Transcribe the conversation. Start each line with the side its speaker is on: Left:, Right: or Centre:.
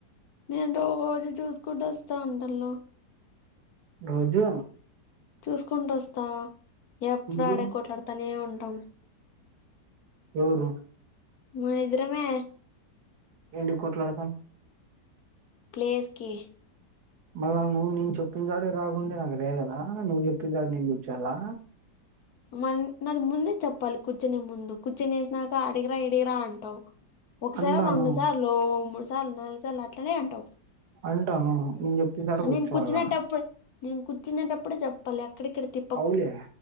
Left: మేం రోజు చూసుకుంట వస్తా అంటన్నావ్
Right: రోజూ
Left: చూసుకుంటూ వస్తా ఎప్పుడూ
Right: నువ్వు
Left: ఆడే కొట్లాడుతానే ఉంటాం
Right: ఎవరు
Left: మే ఇద్దరమే
Right: ఎందుకు కొట్లాడతాం
Left: ప్లేస్ కి
Right: మళ్ళా నువ్వు నేను చెప్పిన కాడే రాకుండే నాకు రేగదా నువ్వు చెప్పిన కాడ నేను కూర్చోలా
Left: మన్ నాది ముందే చెప్పాలి కూర్చునే ముం కుచ్చునేసినాక ఆడగిరా ఈడగిరా అంటావు ఒకసారా
Right: అంటాను
Left: వంద సార్ లో మూడు సార్లు నాలుగు సార్లు అట్లనే అంటావు
Right: అంటాను నేను చెప్పిన కాడ కూర్చోవాల
Left: నేను కూర్చునేటప్పుడు నేను కూర్చునేటప్పుడే చెప్పాలి అక్కడిక్కడ తి
Right: ఔలే